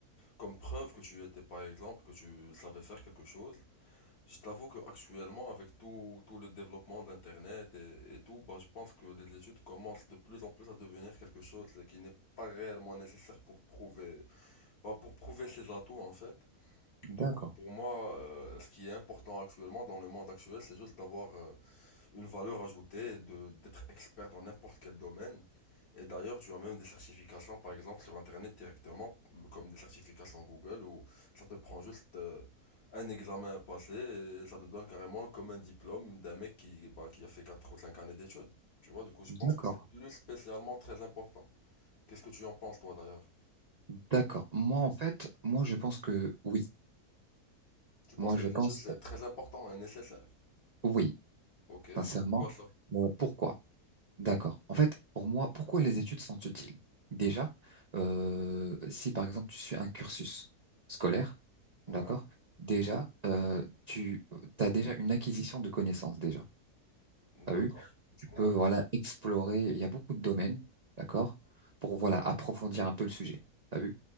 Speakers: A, on the left; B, on the right.
A: Comme preuve que tu étais, par exemple, que tu savais faire quelque chose, je t'avoue qu'actuellement, avec tout, tout le développement d'Internet et, et tout, bah, je pense que les études commencent de plus en plus à devenir quelque chose qui n'est pas réellement nécessaire pour prouver, bah, pour prouver ses atouts, en fait.
B: D'accord.
A: Du coup, pour moi, euh, ce qui est important actuellement dans le monde actuel, c'est juste d'avoir, euh, une valeur ajoutée de d'être expert dans n'importe quel domaine. Et d'ailleurs, tu as même des certifications, par exemple, sur Internet directement, comme des certifications Google, où ça te prend juste euh, un examen à passer et ça te donne carrément comme un diplôme d'un mec qui, bah, qui a fait 4 ou 5 années d'études. Tu vois, du coup, je pense
B: D'accord,
A: que c'est plus spécialement très important. Qu'est-ce que tu en penses, toi, d'ailleurs?
B: d'accord. Moi, en fait, moi, je pense que oui.
A: Tu penses
B: Moi,
A: que
B: je
A: les
B: pense
A: études, c'est
B: que
A: très important et nécessaire?
B: oui,
A: Ok,
B: sincèrement.
A: pourquoi ça?
B: Euh, pourquoi? D'accord. En fait, pour moi, pourquoi les études sont utiles? Déjà, euh, si par exemple tu suis un cursus scolaire,
A: Ouais,
B: d'accord, déjà, euh, tu as déjà une acquisition de connaissances, déjà.
A: d'accord.
B: T'as vu? Tu
A: Ouais.
B: peux, voilà, explorer. Il y a beaucoup de domaines, d'accord, pour, voilà, approfondir un peu le sujet. T'as vu?